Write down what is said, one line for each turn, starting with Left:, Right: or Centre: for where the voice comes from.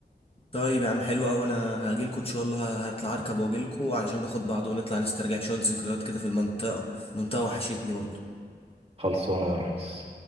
Left: طيب يا عم حلو أوي أنا هاجيلكوا إن شاء الله هطلع أركب وأجيلكوا علشان ناخد بعض ونطلع نسترجع شوية ذكريات كده في المنطقة المنطقة وحشتني برضو
Right: خلصانه يا ريس